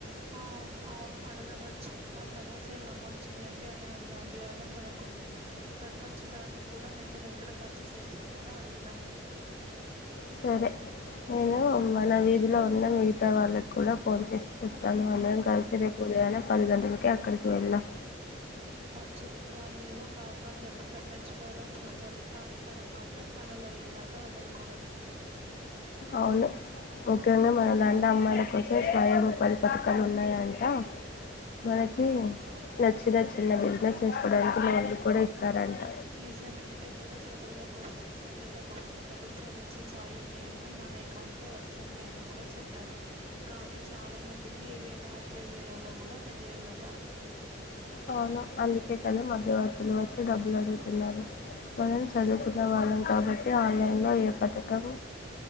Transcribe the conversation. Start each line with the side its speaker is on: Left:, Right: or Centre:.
Right: ఆ అవును అడగవచ్చు మా సమస్యలు నమోదు చేయండి అని అడిగే అధికారం మనకుంది సర్పంచ్ గారిని కూడా నిధులు ఎక్కడ ఖర్చు చేస్తున్నారో అడుగుదాం
Left: సరే నేను మన వీధిలో ఉన్న మీ కొత్త వాళ్ళకి కూడా ఫోన్ చేసి చెప్తాను నువ్ అందరం కలిసి రేపు ఉదయాన్నే పది గంటలకి అక్కడికి వెళ్ళాం
Right: మంచిది వాళ్ళు ఏవో కారణాలు చెప్పి తప్పించుకోవాలని చూస్తారు కానీ మనం మాత్రం పనులు అయ్యేదాకా వదలకూడదు
Left: అవును ముఖ్యంగా మన నాన్న అమ్మాయిల కోసం స్వయంము పరి పథకాలు ఉన్నాయంట మనకి నచ్చిన చిన్న బిజినెస్ చేసుకోవడానికి లోన్లు కూడా ఇస్తారంట
Right: నిజమే పిల్లల చదువుల కోసం పళ్లెల కోసం ప్రభుత్వం ఇచ్చే సాయం నేరు మన అకౌంట్క వస్తుంది అని కూడా చెప్పారు కానీ చాలా మందికి ఇవ ఎలా అప్లై చేయాలో కూడా తెలియదు కదా
Left: అవును అందుకే కదుా మధ్యవర్తులు వచ్చి డబ్బులు అడుగు మనం చదువుకున్న వాళ్ళం కాబట్టి ఆన్లైన్లో ఏ పథకం